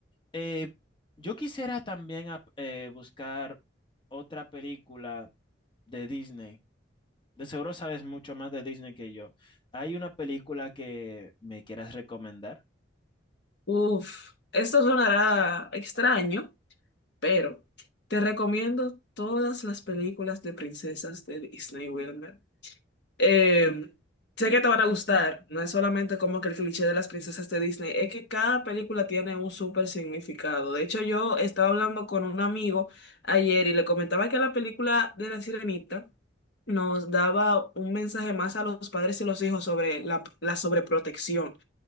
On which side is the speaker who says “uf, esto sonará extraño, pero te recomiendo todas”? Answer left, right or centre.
Left